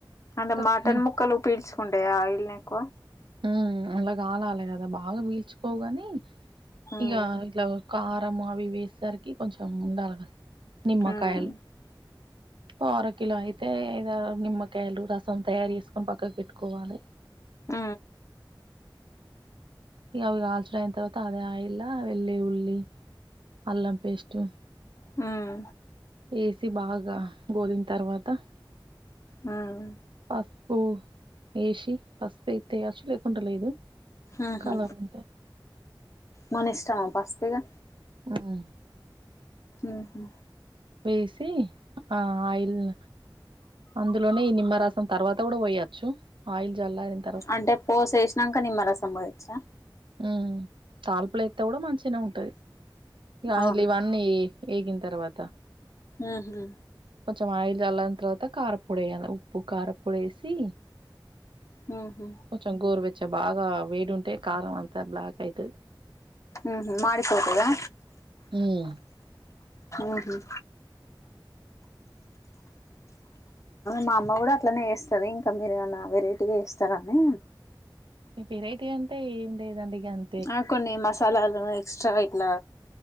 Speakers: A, on the left; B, on the right.
A: అంటే
B: కప్ని
A: మటన్ ముక్కలు పీల్చుకుంటయా ఆయిల్ని ఎక్కువా.
B: ఊ అళ్ళ కాలాలే గదా బాగా పీల్చుకోవుగానీ
A: మ్మ్
B: ఇగా ఇట్లా. కారము అవి ఇవి ఏసేసరికి కొంచెం ఉండాలె గదా. నిమ్మకాయలు
A: మ్మ్
B: ఓ అర కిలో అయితే ఇదా నిమ్మకాయలు రసం తయారు చేసుకొని పక్కకు పెట్టుకోవాలే.
A: ఊ
B: ఇగా అవి కాల్చుడు అయిన్ తర్వాతా అదే ఆయిల్లా వెల్లీ, ఉల్లి, అల్లం పేస్టు.
A: హ్ము
B: ఏశీ బాగా గోలిన్ తర్వాతా
A: మ్మ్
B: ఫస్ పూ ఏశి పసుపు ఏత్తే ఎయ్యొచ్చు లేకుంటే లేదు.
A: ఆహా
B: కలర్ ఉంటే
A: మనిష్ట మా పసుపు ఇగా
B: హ్ము
A: ఊహు
B: వేసీ ఆ ఆయిల్ల్ అందులోనే ఈ నిమ్మరసం తర్వాత గూడా పొయొచ్చు ఆయిల్ జల్లారిం
A: అంటే పోశు ఏశినంక నిమ్మరసం పొయ్యొచ్చా.
B: ఊ తాళిప్పులేత్తే గూడా మంచిగనే ఉంటది. ఇగా ఆయిల్ల
A: అవును
B: ఇవన్నీ ఏగిన్ తర్వాతా
A: ఆహ్ హా
B: కొంచెం ఆయిల్ జాలరిన్ తర్వాత కారపొడి ఏయాలా ఉప్పు కారపొడి ఏసి.
A: ముహో
B: కొంచెం గోరు వచ్చ బాగా వేడి ఉంటే కారం అంతా బ్లాక్ అయితది
A: ఉహుహ్ మడిపోతదా
B: ఉమ్
A: ఉహుహ్ మా అమ్మ గూడా అట్లనే ఏస్తది, ఇంకా మీరేమనా వెరైటీగా ఏస్తారా అని.
B: హే వెరైటీ అంటే ఏం లేదండి ఇగాన్
A: ఆ కొన్ని మస్ సలాలు ఎక్స్ట్రా ఇట్లా